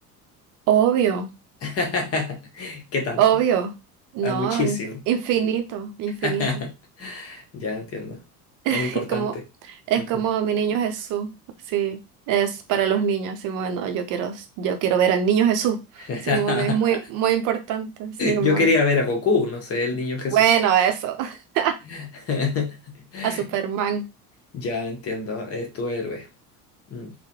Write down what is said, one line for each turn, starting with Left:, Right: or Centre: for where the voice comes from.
Right: Obvio,
Left: <laughs> ¿Qué tanto?
Right: obvio. No,
Left: Ah, muchísimo.
Right: inf- infinito, infinito.
Left: <laughs> Ya entiendo. Es
Right: <laughs>
Left: importante.
Right: Como, es
Left: Ujú.
Right: como mi niño Jesús, sí, es para los niños, así como, bueno, yo quiero, yo quiero ver al niño Jesús,
Left: <laughs>
Right: así como que es muy, muy importante, así como
Left: Yo quería
Right: que,
Left: ver a Goku, no sé, el niño Jesús.
Right: bueno, eso, <laughs>
Left: <laughs>
Right: a Superman,
Left: Ya entiendo, es tu héroe. Mm.